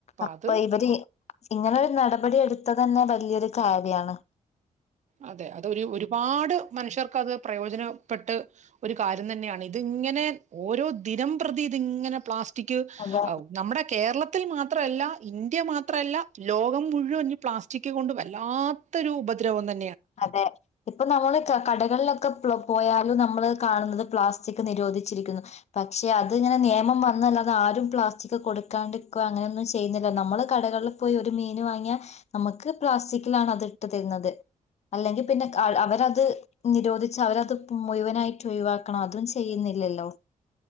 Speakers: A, on the left (about 50°); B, on the right (about 55°).
A: അപ്പൊ
B: അത്
A: ഇവര് ഇങ്ങനൊരു നടപടി എടുത് ഇത് തന്നെ വലിയൊരു കാര്യം ദിയാണ്
B: അതെ അത് ഒരു ഒരുപാട് മനുഷ്യർക്ക് അത് പ്രയോജനപ്പെട്ട് ഒരു കാര്യം തന്നെയാണ് ഇതിങ്ങനെ ഓരോ ദിനംപ്രതി ഇതിങ്ങനെ പ്ലാസ് റ്റിക്
A: അതെ
B: ആ നമ്മുടെ കേരളത്തിൽ മാത് ത്രല്ല ഇന്ത്യ മാത്രല്ല ലോകം മുഴുവന് ഉം പ്ലാസ്റ്റിക് കൊണ്ട് വല്ലാത്തൊരു ഉപദ്രവം തന്ന
A: അതെ ഇപ്പൊ നമ്മള് ക കടകളിലൊക്കെ പ്ലോ പോയാലും നമ്മള് കാണുന്നത് പ്ലാസ്റ്റിക് നിരോധിച്ചിരിക്കുന്നു പക്ഷെ അത് ഇങ്ങനെ നിയമം വന്നല്ലാതെ ആരും പ്ലാസ്റ്റിക് കൊടുക്കാണ്ടിരിക്കുക അങ്ങനെയൊന്നും ചെയ്യുന്നില്ല നമ്മള് കടകളിൽ പോയി ഒരു മീന് വാങ്ങിയാ നമ്മക്ക് പ്ലാസ്റ്റിക്കിലാണ് അത് ഇട്ട് തരുന്നത് അല്ലെങ്കി പിന്നെ അവരത് നിരോദിച്ച് അവരത് മുഴുവനായിട്ട് ഒഴിവാക്കണം അതും ചെയ്യുന്നില്ലല്ലോ